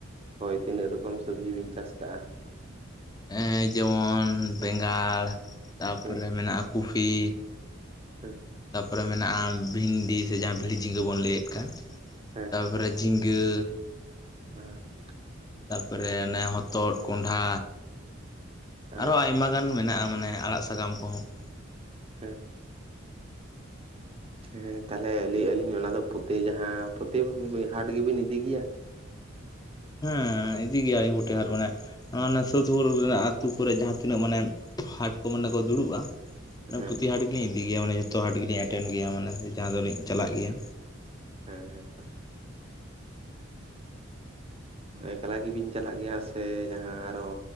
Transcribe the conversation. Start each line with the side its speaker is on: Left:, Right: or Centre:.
Right: ᱦᱳᱭ ᱛᱤᱱᱟᱹᱜ ᱨᱚᱠᱚᱢ ᱥᱚᱵᱽᱡᱤ ᱵᱤᱱ ᱪᱟᱥ ᱠᱟᱜᱼᱟ?
Left: ᱮᱸ ᱡᱮᱢᱚᱱ ᱵᱮᱸᱜᱟᱲ ᱛᱟ ᱯᱚᱨᱮ
Right: ᱦᱮᱸ
Left: ᱢᱮᱱᱟᱜ-ᱟ ᱠᱚᱯᱷᱤ
Right: ᱦᱮᱸ
Left: ᱛᱟᱯᱚᱨᱮ ᱢᱮᱱᱟᱜᱼᱟ ᱵᱷᱤᱱ ᱰᱤ ᱥᱮ ᱡᱟᱦᱟᱸ ᱵᱷᱤᱲᱤ ᱡᱷᱤᱸᱜᱟᱹ ᱵᱚᱱ ᱞᱟᱹᱭᱮᱫ ᱠᱟᱱ
Right: ᱦᱮᱸ
Left: ᱛᱟᱯᱚᱨᱮ ᱡᱷᱤᱸᱜᱟᱹ
Right: <unintelligible>
Left: ᱛᱟᱯᱚᱨᱮ ᱚᱱᱮ ᱦᱚᱛᱚᱫᱽ ᱠᱚᱸᱰᱷᱟ
Right: ᱦᱮᱸ
Left: ᱟᱨᱚ ᱟᱭᱢᱟ ᱜᱟᱱ ᱢᱮᱱᱟᱜᱼᱟ ᱢᱟᱱᱮ ᱟᱲᱟᱜ ᱥᱟᱠᱟᱢ ᱠᱚᱦᱚᱸ ᱾
Right: ᱦᱮᱸ ᱦᱮᱸ ᱛᱟᱞᱦᱮ ᱞᱟᱹᱭᱮᱜᱼᱟ ᱞᱤᱧ ᱚᱱᱟ ᱫᱚ ᱯᱚᱛᱮ ᱡᱟᱦᱟᱸ ᱯᱚᱛᱮ ᱦᱟᱴ ᱜᱮᱵᱤᱱ ᱤᱫᱤᱭ ᱜᱮᱭᱟ?
Left: ᱦᱮᱸ ᱤᱫᱤ ᱜᱮᱭᱟ ᱞᱤᱧ ᱯᱚᱴᱮ ᱦᱟᱴ ᱢᱟᱱᱮ ᱚᱱᱟ ᱥᱩᱨᱯᱩᱨ ᱨᱮᱱᱟᱜ ᱟᱹᱛᱩᱳ ᱠᱚᱨᱮ ᱡᱟᱦᱟᱸ ᱛᱤᱱᱟᱹᱜ ᱢᱟᱱᱮ ᱦᱟᱴ ᱠᱚ ᱢᱟᱱᱮ ᱠᱚ ᱫᱩᱲᱩᱵᱼᱟ
Right: ᱦᱮᱸ
Left: ᱯᱚᱛᱤ ᱦᱟᱴ ᱜᱮᱞᱤᱧ ᱤᱫᱤᱭ ᱜᱮᱭᱟ ᱢᱟᱱᱮ ᱡᱚᱛᱚ ᱦᱟᱴ ᱜᱮᱞᱤᱧ ᱮᱴᱮᱱ ᱜᱮᱭᱟ ᱢᱟᱱᱮ ᱡᱟᱦᱟᱸ ᱫᱚᱞᱤᱧ ᱪᱟᱞᱟᱜ ᱜᱮᱭᱟ᱾
Right: ᱦᱮᱸ ᱛᱚ᱾ ᱮᱠᱞᱟ ᱜᱮᱵᱤᱱ ᱪᱟᱞᱟᱜ ᱜᱮᱭᱟ ᱥᱮ ᱡᱟᱦᱟᱸ ᱟᱨᱚ